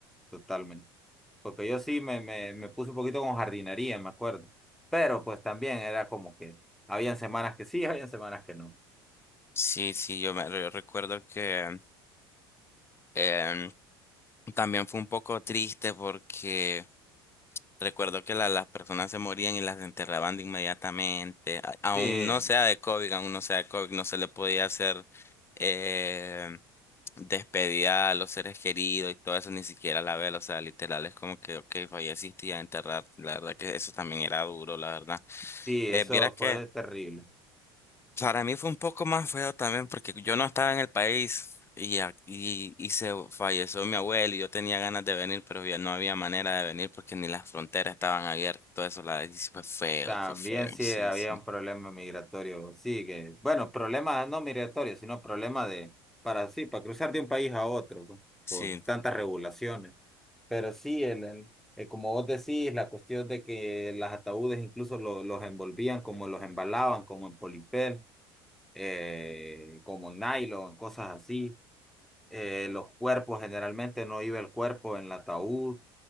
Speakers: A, in the centre; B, on the left.
A: totalmente. Porque yo sí me, me, me puse un poquito con jardinería, me acuerdo. Pero pues también era como que habían semanas que sí, habían semanas que no.
B: Sí, sí, yo me yo recuerdo que em, También fue un poco triste porque recuerdo que la- las personas se morían y las enterraban de inmediatamente. A- Aún
A: Sí.
B: no sea de COVID, aún no sea de COVID, no se le podía hacer eh, despedida a los seres queridos y todo eso, ni siquiera la vela. O sea, literal es como que, ok, falleciste y a enterrar. La verdad que eso también era duro, la verdad.
A: Sí,
B: Eh,
A: eso
B: vieras
A: fue
B: que
A: terrible.
B: para mí fue un poco más feo también porque yo no estaba en el país y, a- y, y se falleció mi abuelo y yo tenía ganas de venir, pero ya no había manera de venir porque ni las fronteras estaban abiertas, todo eso, la, y sí fue feo,
A: También
B: fue feo,
A: sí
B: sí,
A: había
B: sí,
A: un problema migratorio, sí que, bueno, problema no migratorio, sino problema de, para sí, para cruzar de un país a otro, pues,
B: sí,
A: por tantas regulaciones. Pero sí, el, el- eh, como vos decís, la cuestión de que las ataúdes incluso lo- los envolvían, como los embalaban, como en polipel, eh, como nylon, cosas así. Eh, los cuerpos, generalmente no iba el cuerpo en el ataúd,